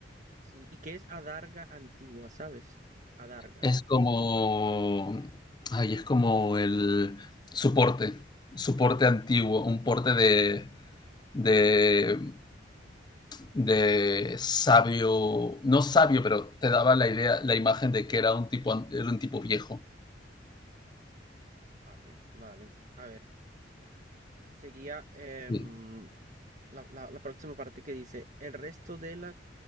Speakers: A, on the right; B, on the left.
A: sí, ¿y qué es adarga antigua, sabes? Adarga.
B: Es como, ay, es como el soporte, soporte antiguo, un porte de, de, de sabio, no sabio, pero te daba la idea, la imagen de que era un tipo, an- era un tipo viejo.
A: Vale, vale. A ver, seguía em,
B: Sí.
A: la, la- la próxima parte que dice, el resto de la,